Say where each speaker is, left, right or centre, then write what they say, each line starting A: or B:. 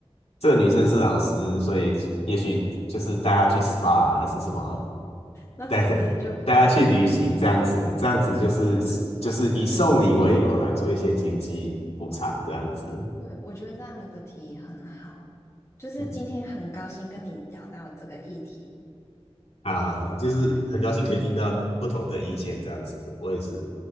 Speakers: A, on the left; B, on the left.
A: 这个女生是老师，所以也许就是带她去 SPA 啊还是什么，
B: 那其实也就就是
A: 带 <laughs> 带她去旅行这样子，这样子就是就是以送礼为由来做一些经济补偿这样子。
B: 对，我觉得这样的提议很好。就是今天很高兴跟你聊到这个议题。
A: 嗯啊，就是很高兴可以听到不同的意见，这样子，我也是